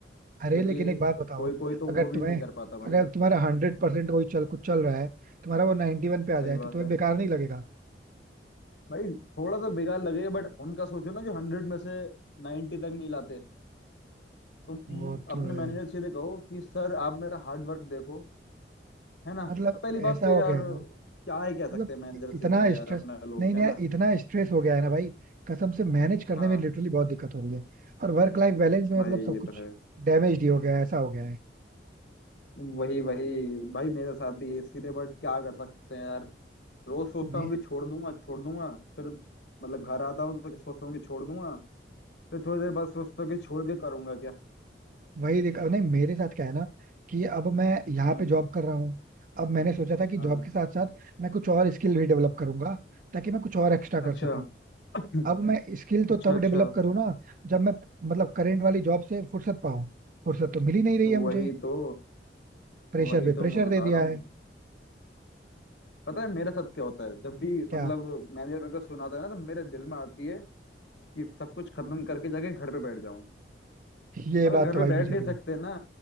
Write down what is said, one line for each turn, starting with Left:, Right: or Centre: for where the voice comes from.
Left: क्योंकि
Right: अरे लेकिन एक बात बताओ
Left: कोई कोई तो
Right: अगर
Left: वो भी
Right: तुम्हें
Left: नहीं कर पाता भाई
Right: अगर तुम्हारा हंड्रेड परसेंट कोई चल कुछ चल रहा है तुम्हारा वो नाइन्टी वन पे आ
Left: सही
Right: जाए
Left: बात
Right: तो तुम्हें
Left: है
Right: बेकार नहीं लगेगा
Left: भाई थोड़ा तो बेकार लगेगा बट उनका सोचो ना जो हंड्रेड में से नाइन्टी तक नहीं लाते तुम
Right: वो तो
Left: अपने
Right: है
Left: मैनेजर से सीधे कहो कि सर आप मेरा हार्ड वर्क देखो है ना
Right: मतलब
Left: अब पहली बात
Right: ऐसा
Left: तो
Right: हो
Left: यार
Right: गया है ना
Left: क्या ही
Right: मतलब
Left: कह सकते हैं मैनेजर
Right: इ-
Left: से
Right: इतना
Left: भी यार
Right: स्ट्रेस
Left: अपना लोग
Right: नहीं
Left: है
Right: नहीं
Left: ना
Right: यार इतना स्ट्रेस हो गया है ना भाई कसम से मैनेज करने
Left: हाँ
Right: में लिटरली बहुत दिक्कत हो रही है और वर्क लाइफ बैलेंस में
Left: भाई
Right: मतलब सब
Left: ये
Right: कुछ
Left: तो है
Right: डैमेज ही हो गया है ऐसा हो गया है
Left: वही वही भाई मेरे साथ भी यही सीन है बट क्या कर सकते हैं यार रोज सोचता
Right: मैं
Left: हूँ कि छोड़ दूंगा छोड़ दूंगा फिर मतलब घर आता हूँ तो सोचता हूँ कि छोड़ दूंगा फिर थोड़ी देर बाद सोचता हूँ कि छोड़ के करूंगा क्या
Right: वही दिक्कत नहीं मेरे साथ क्या है ना कि अब मैं यहाँ
Left: हम्म
Right: पे जॉब कर रहा हूँ अब मैंने सोचा था कि
Left: हाँ
Right: जॉब के साथ साथ मैं कुछ और स्किल भी डेवलप करूंगा ताकि मैं कुछ और एक्स्ट्रा कर
Left: अच्छा
Right: सकूं
Left: <clears throat>
Right: अब मैं स्किल तो
Left: अच्छा
Right: तब
Left: अच्छा
Right: डेवलप करूँ ना जब मैं मतलब करेंट वाली जॉब से फुर्सत पाऊं फुर्सत तो मिल ही नहीं रही
Left: वही
Right: है मुझे
Left: तो
Right: प्रेशर
Left: वही
Right: पे
Left: तो
Right: प्रेशर
Left: मैं बता
Right: दे दिया
Left: रहा हूँ
Right: है
Left: पता है मेरे साथ क्या होता है जब भी मतलब
Right: क्या
Left: मैनेजर मेरे को सुनाता है ना तो मेरे दिल में आती है कि सब कुछ खत्म करके जाके घर पे बैठ जाऊं
Right: ये
Left: मगर
Right: बात
Left: घर
Right: तो
Left: पे
Right: भाई
Left: बैठ
Right: मुझे
Left: नहीं
Right: भी
Left: सकते ना